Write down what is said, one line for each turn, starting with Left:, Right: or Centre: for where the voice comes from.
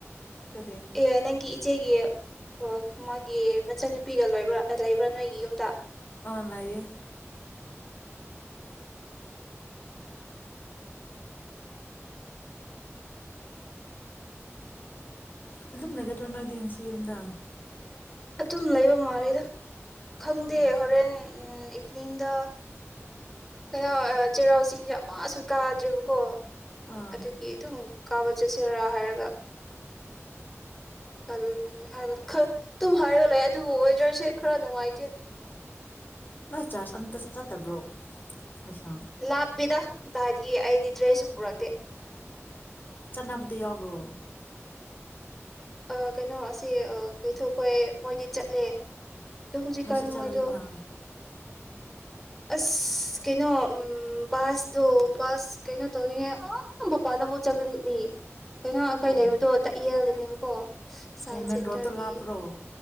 Left: ꯀꯔꯤ
Centre: ꯑꯦ ꯅꯪꯒꯤ ꯏꯆꯦꯒꯤ ꯑꯣ ꯃꯥꯒꯤ ꯃꯆꯟꯅꯨꯄꯤꯒ ꯂꯣꯏꯕ꯭ꯔ ꯂꯩꯕ꯭ꯔꯥ ꯅꯣꯏꯒꯤ ꯌꯨꯝꯗꯣ
Left: ꯑꯣꯟ ꯂꯥꯏꯌꯦ ꯑꯗꯨꯝ ꯅꯩꯒ ꯇ꯭ꯔꯣ ꯅꯣꯏꯗꯤ ꯉꯁꯤ ꯌꯨꯝꯗ
Centre: ꯑꯇꯨꯝ ꯂꯩꯕ ꯃꯥꯟꯂꯦꯗ ꯈꯪꯗꯦ
Left: ꯑꯣ
Centre: ꯍꯣꯔꯦꯟ ꯎꯝ ꯅꯤꯡꯗ ꯀꯩꯅꯣ ꯑ ꯆꯩꯔꯥꯎ ꯆꯤꯡꯁꯦ ꯑꯃꯁꯨ ꯀꯥꯗ꯭ꯔꯤꯕꯀꯣ
Left: ꯑꯥ
Centre: ꯑꯗꯨꯒꯤ ꯑꯗꯨꯝ ꯀꯥꯕ ꯆꯠꯁꯦꯔꯥ ꯍꯥꯏꯔꯒ <unintelligible> ꯇꯨꯝ ꯍꯥꯏꯔꯒ ꯂꯩ ꯑꯗꯨꯕꯨ ꯑꯣꯏꯗ꯭ꯔꯁꯦ ꯈꯔ ꯅꯨꯡꯉꯥꯏꯇꯦ
Left: ꯅꯣꯏ ꯆꯥꯔꯁ ꯑꯝꯇ ꯆꯠꯇꯕ꯭ꯔꯣ ꯂꯩꯁꯥ
Centre: ꯂꯥꯞꯄꯤꯗ ꯇꯥꯏꯗꯒꯤ ꯑꯩꯗꯤ ꯗ꯭ꯔꯦꯁꯁꯨ ꯄꯨꯔꯛꯇꯦ
Left: ꯆꯠꯅꯕꯗꯤ ꯌꯥꯎꯕ꯭ꯔꯣ
Centre: ꯑꯥ ꯀꯩꯅꯣ ꯑꯁꯤ ꯑꯥ ꯀꯩꯊꯧꯈꯣꯏ ꯃꯣꯏꯗꯤ ꯆꯠꯂꯦ ꯗꯣ ꯍꯧꯖꯤꯛꯀꯥꯟ
Left: ꯅꯣꯏꯁꯨ ꯆꯠꯂꯗꯅ
Centre: ꯃꯣꯏꯗꯣ ꯑꯁ ꯀꯩꯅꯣ ꯎꯝ ꯕꯥꯁꯇꯣ ꯕꯥꯁ ꯀꯩꯅꯣ ꯇꯧꯔꯤꯉꯥꯏ ꯑꯥ ꯃꯄꯥꯟꯗꯥ ꯑꯃꯨꯛ ꯆꯠꯀꯅꯤ ꯀꯩꯅꯣ ꯑꯈꯣꯏ
Left: ꯑꯣ
Centre: ꯂꯩꯕꯗꯣ ꯇꯛꯌꯦꯜ ꯅꯤꯕꯀꯣ ꯁꯥꯏ
Left: ꯑꯣ ꯃꯦꯟ
Centre: ꯁꯦꯟꯇꯔꯒꯤ
Left: ꯔꯣꯗꯇ ꯂꯥꯞꯄ꯭ꯔꯣ